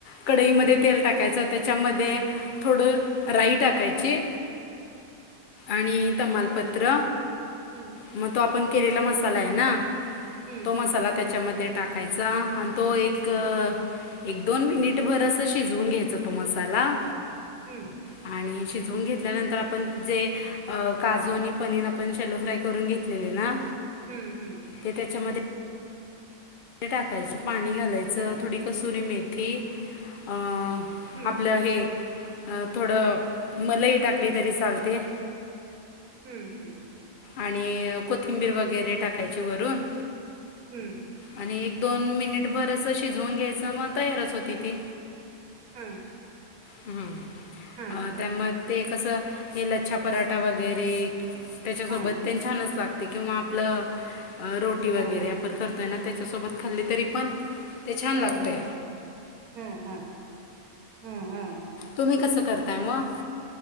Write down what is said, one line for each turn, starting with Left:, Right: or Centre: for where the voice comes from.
Left: कढईमध्ये
Right: हा
Left: तेल टाकायच त्याच्यामध्ये थोडं राई टाकायची. आणि तमालपत्र
Right: हम्म.
Left: मग तो आपण केलेला मसाला आहे ना,
Right: हम्म
Left: तो
Right: हम्म
Left: मसाला त्याच्यामध्ये टाकायचा आणि तो एक,
Right: हम्म
Left: एक दोन मिनिटभर असं शिजवून घ्यायचा तो मसाला
Right: हम्म.
Left: आणि शिजवून घेतल्यानंतर आपण जे काजू आणि पनीर आपण शेलो फ्राय करून घेत लेले ना
Right: हम्म, हम्म
Left: ते त्याच्यामध्ये ते टाकायचं पाणी घालायचं
Right: ह
Left: थोडी कसुरी मेथी आपलं
Right: हम्म
Left: हे, थोडं मलई टाकली तरी चालते.
Right: हम्म, हम्म
Left: आणि कोथिंबीर वगैरे टाकायची वरून
Right: हम्म.
Left: आणि एक दोन मिनिट भर असं शिजवून घ्यायच मग तयार च होती ती.
Right: हा
Left: हम्म.
Right: हा
Left: त्या मध्ये कसं हे लच्छा पराठा वगैरे. त्याच्यासोबत
Right: हा
Left: तेन छानच लागते. किंवा आपलं रोटी वगैरे
Right: हा
Left: आपण करतोय ना त्याच्यासोबत खाल्ले तरी पण ते छान
Right: ह
Left: लागते
Right: ह. ह ह. ह ह.
Left: तुम्ही कसं करताय म?